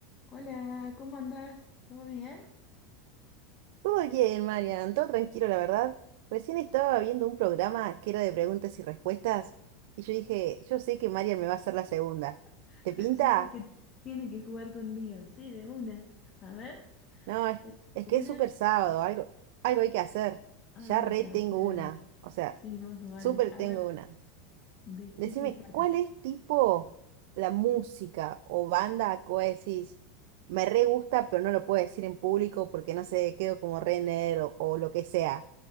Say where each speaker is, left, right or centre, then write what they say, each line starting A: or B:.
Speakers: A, on the left; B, on the right.
A: Hola, ¿cómo andás? ¿Todo bien?
B: Todo bien, Marian, todo tranquilo, la verdad. Recién estaba viendo un programa que era de preguntas y respuestas y yo dije, yo sé que Marian me va a hacer la segunda.
A: <laughs>
B: ¿Te pinta?
A: Yo sé que tiene que jugar conmigo, sí, de una. A ver,
B: No, es,
A: ¿tenés
B: es
A: alguna?
B: que es súper sábado, algo, algo hay que hacer.
A: Algo
B: Ya
A: hay
B: re
A: que hacer.
B: tengo una, o sea,
A: Sí, más vale.
B: súper
A: A
B: tengo
A: ver,
B: una.
A: ¿de
B: Decime,
A: qué se trata?
B: ¿cuál es tipo la música o banda que vos decís? Me re gusta, pero no lo puedo decir en público porque no sé, quedo como re nerd o o lo que sea.